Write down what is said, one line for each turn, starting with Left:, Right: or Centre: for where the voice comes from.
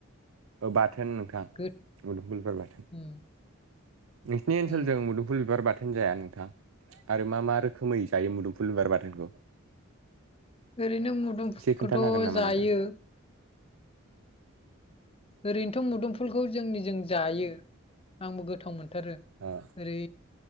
Right: बाथोन नोंथां
Left: गोद
Right: मुदुमफुल बिबार बाथोन
Left: उम
Right: नोंसिनि ओनसोलजोंं
Left: उम
Right: मुदुम फुल बिबार बाथोन जाया नोंथां आरो मा मा रोखोमै जायो मुदुमफुल बिबार बाथोनखौ
Left: ओरैनो मुदुमफुलखौथ'
Right: एसे खोन्थानो हागोन नामा
Left: जायो
Right: नोंथां?
Left: ओरैनोथ' मुदुमफुलखौ जोंनि जों जायो आंबो गोथाव मोनथारो
Right: ओ
Left: ओरै